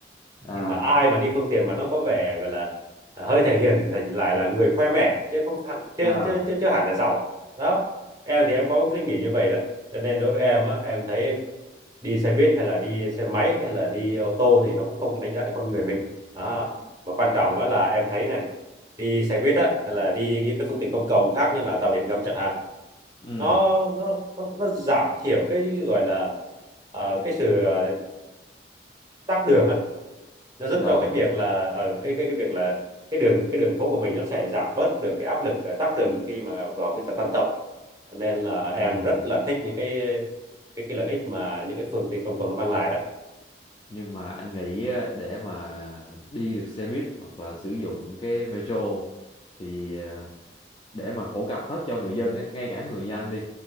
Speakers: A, on the left; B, on the right.
A: à
B: thì mà ai mà đi phương tiện mà nó có vẻ gọi là à, hơi thể hiện thì thành lại là người khoe mẽ chứ không hẳn chứ
A: à
B: chứ chứ, chứ hẳn là giàu đó em thì em có suy nghĩ như vậy đó cho nên đối với em á em thấy đi xe buýt hay là đi xe máy hay là đi ô tô thì nó cũng không có đánh giá được con người mình đó. mà quan trọng á là em thấy này đi xe buýt á hay là đi những cái phương tiện công cộng khác như là tàu điện ngầm chẳng hạn
A: ừ
B: nó nó nó, nó giảm thiểu cái gọi là ờ, cái sự ờ, tắc đường á nó giúp
A: rồi
B: cho cái việc là ở cái cái cái việc là cái đường cái đường phố của mình nó sẽ giảm bớt được cái áp lực ờ, tắc đường khi mà vào cái giờ tan tầm Cho nên là em
A: nhưng
B: rất là thích những cái cái cái lợi ích mà những cái phương tiện công cộng nó mang lại đó
A: nhưng mà anh nghĩ á, để mà đi được xe buýt hoặc là sử dụng cái metro thì ờ, để mà phổ cập hết cho người dân á, ngay cả người như anh đi